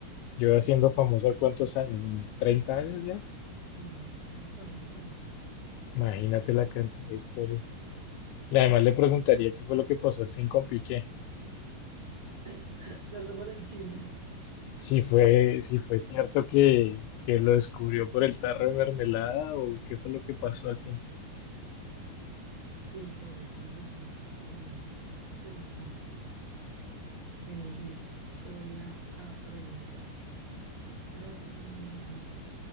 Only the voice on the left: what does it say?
yo siendo famosa cuántos años, ¿Unos 30 años
ya.
Imagínate la cantidad de historias. Y además le preguntaría qué fue lo que pasó al fin con Piqué.
Si fue, si fue cierto que, que lo descubrió por el tarro de mermelada o qué fue lo que pasó al fin.